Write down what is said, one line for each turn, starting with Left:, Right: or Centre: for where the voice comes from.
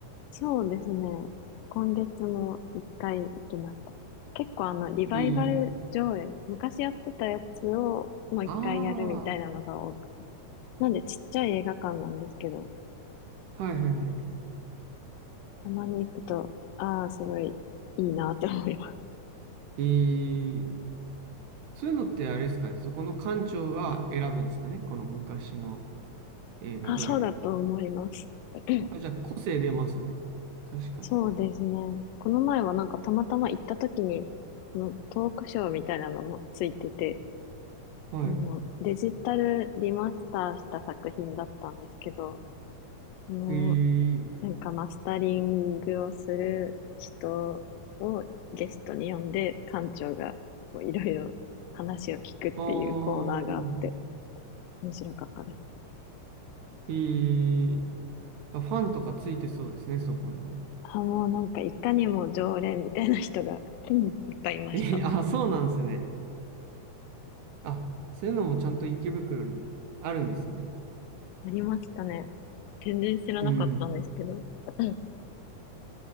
Left: そうですね。今月も一回行きました。結構あの、リバイバル上映、
Right: えー、
Left: 昔やってたやつをもう一回やるみたいなのが多くて。
Right: あ
Left: なんでちっちゃい映画館なんですけど、
Right: あ、はいはいはい。
Left: たまに行くと、ああ、すごいいいなって思います。
Right: えー、そういうのってあれですかね、そこの館長が選ぶんですかね、この昔の映画どれ。
Left: あ、そうだと思います。<clears throat>
Right: あ、じゃあ個性出ますね。確かに。
Left: そうですね。この前はなんかたまたま行った時に、のトークショーみたいなのもついてて、
Right: はい。
Left: もうデジタルリマスターした作品だったんですけど、あの
Right: えー、
Left: なんかマスタリングをする人をゲストに呼んで、館長がこういろいろ話を聞くっていうコーナーがあって、
Right: あー、
Left: 面白かったです。
Right: えー、あ、ファンとかついてそうですね、そこの。
Left: あ、もうなんかいかにも常連みたいな人がうんいっぱいいました。
Right: えー、
Left: あ
Right: あ、そうなんですね。あ、そういうのもちゃんと池袋にあるんですね。
Left: りましたね。全然知らなかったんですけど、
Right: うん、
Left: <clears throat> うん